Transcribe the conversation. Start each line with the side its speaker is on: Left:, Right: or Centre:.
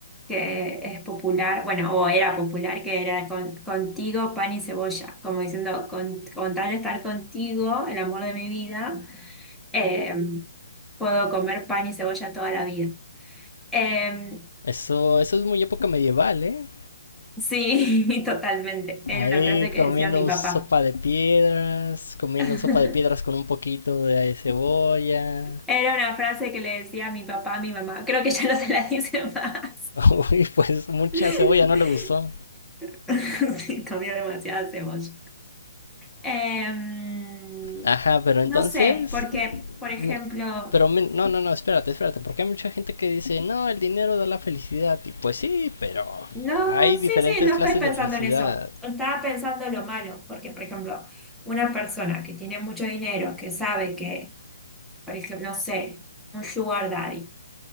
Centre: que es popular, bueno, o era popular, que era con- contigo pan y cebolla, como diciendo, con, con tal de estar contigo, el amor de mi vida, eh, puedo comer pan y cebolla toda la vida. Eh,
Left: Eso, eso es muy época medieval, ¿eh?
Centre: sí, <laughs> totalmente. Era
Left: Ahí
Centre: una frase que
Left: comiendo
Centre: decía mi papá.
Left: sopa de piedras, comiendo
Centre: <laughs>
Left: sopa de piedras con un poquito de cebolla.
Centre: Era una frase que le decía a mi papá, a mi mamá. Creo que ya no se la dice <laughs> más.
Left: <laughs> Uy, pues mucha
Centre: <laughs>
Left: cebolla no le gustó.
Centre: Sí, comió demasiada cebolla. Em,
Left: Ajá, pero
Centre: no
Left: entonces...
Centre: sé, porque, por ejemplo,
Left: me- Pero me- no, no, no, espérate, espérate, porque hay mucha gente que dice, no, el dinero da la felicidad. Y pues sí, pero
Centre: no,
Left: hay
Centre: sí,
Left: diferentes
Centre: sí, no
Left: clases
Centre: estoy pensando
Left: de felicidad.
Centre: en eso. Estaba pensando lo malo, porque, por ejemplo, una persona que tiene mucho dinero, que sabe que, por ejemplo, no sé, un sugar daddy.